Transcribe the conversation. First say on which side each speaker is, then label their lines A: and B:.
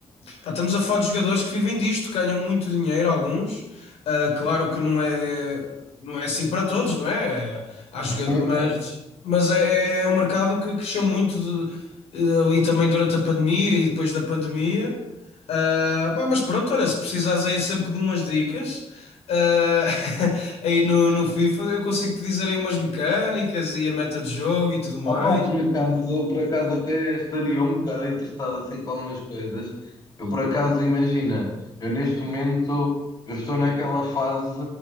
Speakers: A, on the left (about 80°); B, on the left (about 40°).
A: pá, estamos a falar de jogadores que vivem disto, ganham muito dinheiro, alguns. Ah, claro que não é, não é assim para todos, não é? Há jogadores,
B: sim, sim.
A: mas, mas é, é é um mercado que cresceu muito de- eh, ali também durante a pandemia e depois da pandemia. Ah, pá, mas pronto, olha, se precisares aí sempre de umas dicas, ah, <laughs> aí no, no FIFA eu consigo te dizer aí umas mecânicas e a meta de jogo e tudo mais.
B: Opa, por acaso, por acaso até estaria um bocado interessado assim com algumas coisas. Eu por acaso, imagina, eu neste momento, eu estou naquela fase